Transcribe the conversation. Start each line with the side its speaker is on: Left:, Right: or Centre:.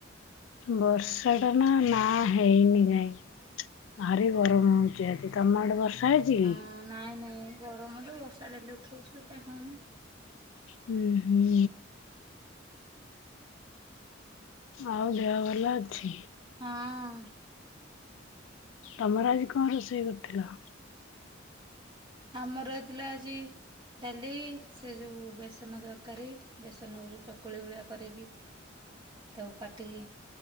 Left: ବର୍ଷା ଟା ନା ନା ହେଇନି କାଇଁ ଭାରି ଗରମ ହଉଚି ଆଜି ତମ ଆଡେ ବର୍ଷା ହେଇଛି କି?
Right: ହଁ ନାଇଁ ନାଇଁ ଗରମରୁ ବର୍ଷା ଡେଲି ଉଠଉଛି କାଁଇ ହେଉନି
Left: ହୁଁ ହୁଁ ଆଉ ଦେହ ଭଲ ଅଛି
Right: ହଁ
Left: ତମର ଆଜି କଣ ରୋଷେଇ କରିଥିଲ?
Right: ଆମର ହେଥିଲା ଆଜି ଡାଲି ସେ ଯଉ ବେସନ ତରକାରୀ ବେସନକୁ ଯେଉଁ ଚକୁଳି ଭଳିଆ କରିକି ତ କାଟିକି